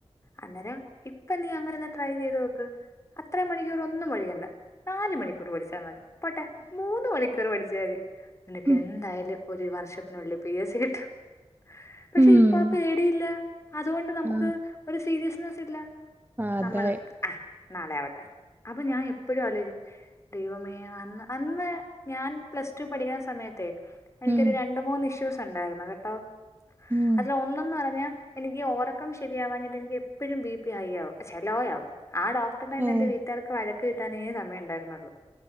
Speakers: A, on the left (about 25°); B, on the right (about 20°).
A: അന്നേരം ഇപ്പ നീ അമങ്ങാനൊന്ന് ട്രൈ ചെയ്ത് നോക്ക് അത്ര മണിക്കൂർ ഒന്നും പടിക്കണ്ട നാല് മണിക്കൂർ പഠിച്ചാൽ മതി പോട്ടെ മൂന്ന് മണിക്കൂർ പഠിച്ചാ മതി നിനക്ക്
B: ഉം
A: എന്തായാലും ഒരു വർഷത്തിനുള്ളിൽ പി എസ് സി കിട്ടും പക്ഷെ
B: ഉം
A: ഇപ്പൊ പേടിയില്ല അതുകൊണ്ട് നമുക്ക്
B: ആഹ്
A: ഒരു സീരിയസ്നെസ് ഇല്ല
B: അതായി
A: നമ്മള് ആഹ് നാളെ ആവട്ടെ അപ്പൊ ഞാൻ എപ്പോഴും അലോയ്ക്കും ദൈവമേ അന്ന് അന്ന് ഞാൻ പ്ലസ് ടു പഠിക്കുന്ന സമയത്ത് തെ എനിക്കൊരു
B: ഉം
A: രണ്ട മൂന്ന് ഇഷ്യൂസ് ഷ്യൂസ് ഉണ്ടായിരുന്ന് കേട്ടോ
B: ഉം
A: അതില് ഒന്നെന്ന് പറഞ്ഞ എനിക്ക് ഒറക്കം ശരിയാവാഞ്ഞിട്ട് എനിക്ക് എപ്പോഴും ബി പി ഹൈ ആവും ചെ ലോ ആവും ആ ഡോക്ടറിടെ നിന്ന്
B: ഏഹ്
A: എന്റെ വീട്ടാർക്ക് വഴക്ക് കിട് ട്ടാനേ സമയം ഉണ്ടായിരുന്നുള്ളു